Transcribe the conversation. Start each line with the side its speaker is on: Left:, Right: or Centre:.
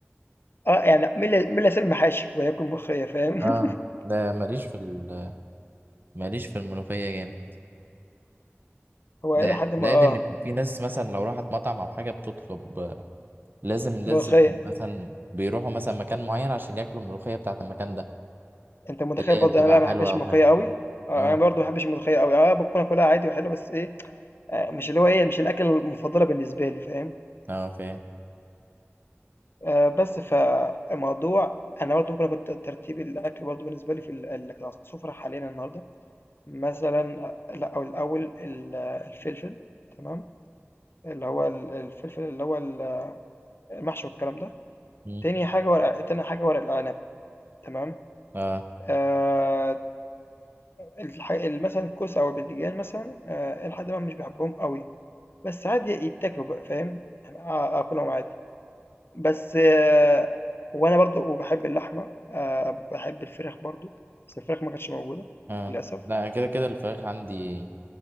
Left: آه، يعني مين اللي مين اللي هيسيب المحاشي وهياكل ملوخية فاهم؟ <laughs>
Right: اه ده ماليش في ال- ماليش في الملوخية جامد
Left: هو
Right: ده
Left: إلى
Right: ده
Left: حدٍ ما
Right: زائد
Left: آه،
Right: ان في في ناس مثلا لو راحت مطعم او حاجة بتطلب آه، لازم لازم
Left: ملوخية،
Right: مثلا بيروحوا مثلا مكان معين عشان ياكلوا الملوخية بتاعة المكان ده
Left: أنت متخيل
Right: اللي
Left: برضه
Right: هي بتبقى
Left: أنا بقى ما
Right: حلوة
Left: باحبش
Right: او
Left: الملوخية
Right: حاجة
Left: أوي، آه،
Right: اه
Left: أنا برضه ما باحبش الملوخية أوي، آه، ممكن آكلها عادي وحلو بس إيه آه، مش اللي هو ايه مش الاكله المفضله بالنسبه لي فاهم
Right: اه فاهم
Left: آه، بس فالموضوع انا برضه ممكن اكون ترتيب الاكل برضه بالنسبه لي في ال- اللي كانت على السفره حاليا النهارده مثلا آه، لا او الاول ال- الفلفل تمام اللي هو ال- الفلفل اللي هو ال- المحشي والكلام ده
Right: مم.
Left: تاني حاجه ورق تاني حاجه ورق العنب تمام
Right: اه
Left: آه الح- ال- مثلا الكوسه او البتنجان مثلا آه لحد ما مش بحبهم قوي بس عادي يتاكلوا بقى فاهم يعني آ- اكلهم عادي بس آآ وأنا برضه وباحب اللحمة، آآ باحب الفراخ برضه، بس الفراخ ما كانتش موجودة
Right: اه
Left: للأسف.
Right: لا كده كده الفراخ عندي